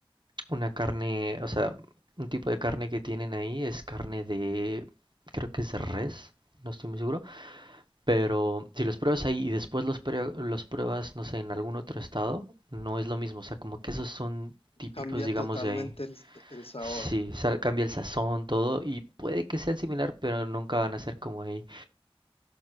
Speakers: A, on the right; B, on the left.
A: una carne, o sea, un tipo de carne que tienen ahí, es carne de, creo que es de res, no estoy muy seguro Pero si los pruebas ahí y después los, prue- los pruebas, no sé, en algún otro estado, no es lo mismo. O sea, como que esos son típicos,
B: Cambia
A: digamos,
B: totalmente
A: de ahí.
B: el, el sabor.
A: Sí, sa- cambia el sazón, todo, y puede que sean similar, pero nunca van a ser como ahí.